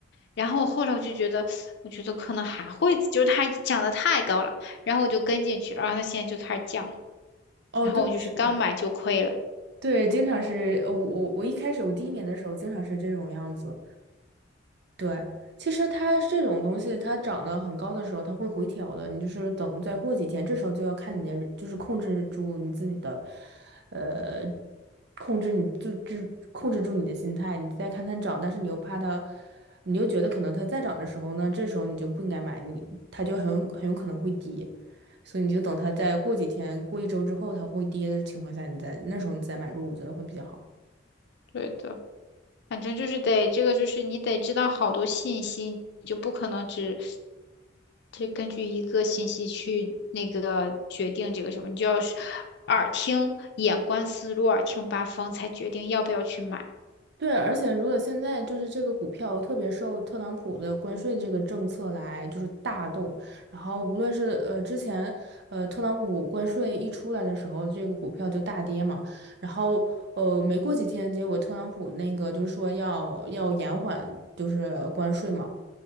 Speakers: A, on the left (about 60°); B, on the right (about 60°).
A: 然后我后来我就觉得，我觉得可能还会，就是它涨得太高了，然后我就跟进去了，然后它现在就开始降，
B: 哦，
A: 然后我就是刚买就亏了。
B: 对，是的，对，经常是呃我我我一开始我第一年的时候经常是这种样子，对，其实它这种东西，它涨得很高的时候，它会回调的。你就是等再过几天，这时候就要看你的，就是控制住你自己的，呃，控制你就就控制住你的心态。你再看它涨，但是你又怕它，你又觉得可能它再涨的时候呢，这时候你就不应该买，你它就很很有可能会跌，所以你就等它再过几天，过一周之后它会跌的情况下，你再那时候你再买入，我觉得会比较好。
A: 对的，反正就是得这个，就是你得知道好多信息，你就不可能只只根据一个信息去那个决定这个什么，你就要是耳听眼观四路，耳听八方，才决定要不要去买。
B: 对，而且如果现在就是这个股票特别受特朗普的关税这个政策来就是大动，然后无论是呃之前呃特朗普关税一出来的时候，这个股票就大跌嘛，然后呃没过几天，结果特朗普那个就是说要要延缓就是关税嘛，